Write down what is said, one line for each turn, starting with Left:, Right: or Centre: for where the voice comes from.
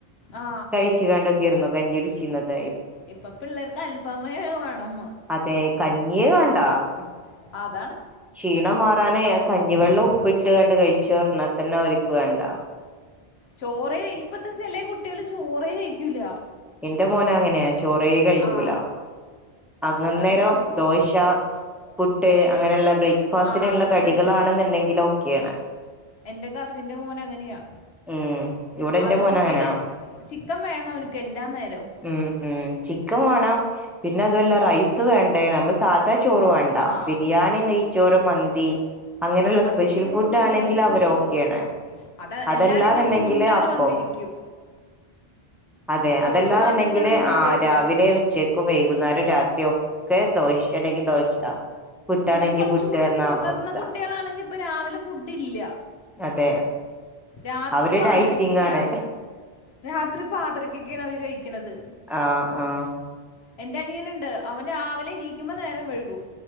Left: ആ
Centre: കഴിച്ച കണ്ട് കഞ്ഞി കുടിച്ചിരുന്നത
Left: ഇപ്പൊ പിള്ളേർക്ക് അൽഫാമ് വേണം
Centre: അതെ കഞ്ഞിയേ <inaudible>
Left: അ
Centre: ക്ഷീണം മാറാനേ കഞ്ഞിവെള്ളം ഉപ്പിട്ട് കണ്ട് കഴിച്ചുന്നു പറഞ്ഞ് അതെന്നും അവരിക്ക് വേണ്ട
Left: ചോറെ ഇപ്പത്തെ ചെല കുട്ടികള് ചോറെ കഴിക്കൂല
Centre: എന്റെ മോന് അങ്ങനെയാ ചോറെ കഴിക്കൂല
Left: ആ
Centre: അങ്ങന്നേരം
Left: അതാണ് കുഴപ്പം
Centre: ദോശ പുട്ട് അങ്ങനെയുള്ള ബ്രേക്ക്ഫാസ്റ്റിനുള്ള
Left: ആ അങ്ങത്തെ
Centre: കടികളാണെന്നുണ്ടെങ്കിൽ
Left: ഐറ്റം
Centre: ഓക്കെയാണ്
Left: എന്റെ കസിന്റെ മോന് അങ്ങനെയാ
Centre: ഉം ഇവിടെ എന്റെ
Left: അത്
Centre: മോന്
Left: ചിക്കന്
Centre: അങ്ങനാ
Left: ചിക്കൻ വേണം അവനിക്ക് എ ല്ലാ നേരോം
Centre: ഉം ഉം ചിക്കൻ വേണം പിന്നെ അതുമല്ല റൈസ് വേണ്ടേ നമ്മള് സാധാ ചോറ് വേണ്ട
Left: ആ
Centre: ബിരിയാണി നെയ്ച്ചോ ചോറ് മന്തി അങ്ങനെയുള്ള
Left: അതൊക്കെയാണ്
Centre: സ്പെഷ്യൽ ഫുഡ്
Left: ഇപ്പ പിള്ളേർക്ക്
Centre: ആണെങ്കിൽ അവർ
Left: പറ്റുള്ളൂ
Centre: ഓക്കെയാണ്
Left: അത്
Centre: അതല്ലാന്നുണ്ടെങ്കില്
Left: എല്ലാരെങ്ങാട്ടും മുന്നേ അവര്
Centre: അപ്പം
Left: വന്നിരിക്കും
Centre: അതെ അതെല്ലാ
Left: ചോറാണെങ്കി
Centre: എന്നുണ്ടെങ്കി
Left: അവര് ഇനി
Centre: ആ്
Left: വരില്ല
Centre: രാവിലെ ഉച്ചയ്ക്കോ വൈകുന്നേരം ര ഒക്കെ ദോശ ങ്കിൽ ദോശ പുട്ടാണെങ്കി
Left: പിന്നെ കൊറച്
Centre: പുട്ട്
Left: കൂടി
Centre: പറഞ്ഞ
Left: മുതിർന്ന
Centre: അവസ്ഥ
Left: കുട്ടികളാണെങ്കി ഇപ്പൊ രാവിലെ ഫുഡ് ഇല്ല
Centre: അതെ
Left: രാത്രി
Centre: അവര്
Left: പാതിരക്കക്കെയ
Centre: ഡയറ്റിംഗ് ആണ്
Left: രാത്രി പാദിരാകക്കാണ് അവര് കഴിക്കണത്
Centre: ആ ആ
Left: എന്റെ അനിയന്ണ്ട് അവൻ രാവിലെ നീക്കുമ്പോ നേരം വഴുകും